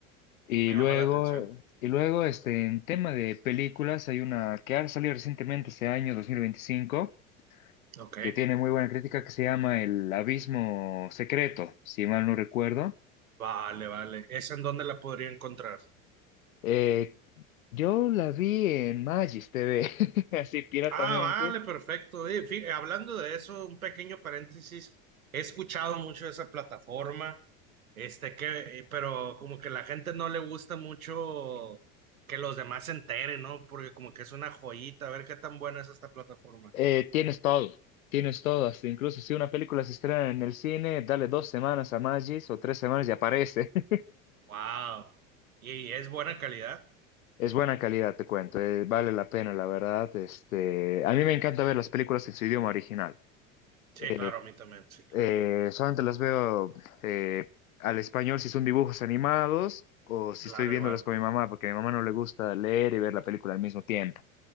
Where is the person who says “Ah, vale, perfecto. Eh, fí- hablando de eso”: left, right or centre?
Right